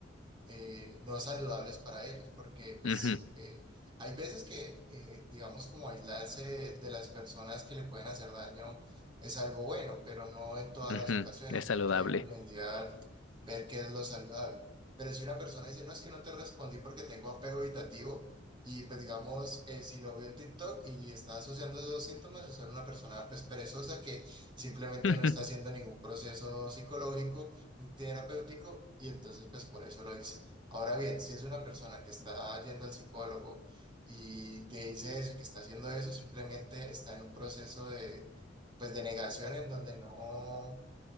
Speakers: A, on the right (about 25°); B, on the left (about 85°).
A: eh, no saludables para ellos, porque pues
B: Ujú,
A: eh, hay veces que, eh, digamos, como aislarse de, de las personas que le pueden hacer daño es algo bueno, pero no en todas
B: ujú,
A: las ocasiones,
B: Es saludable.
A: hay que mediar, ver qué es lo saludable. Pero si una persona dice, no, es que no te respondí porque tengo apego evitativo, y pues digamos, eh, si lo veo en TikTok y está asociando esos síntomas, es ser una persona pues perezosa que simplemente
B: <laughs>
A: no está haciendo ningún proceso psicológico un terapéutico y entonces pues por eso lo hice. Ahora bien, si es una persona que está yendo al psicólogo y te dice eso y que está haciendo eso, simplemente está en un proceso de pues de negación en donde no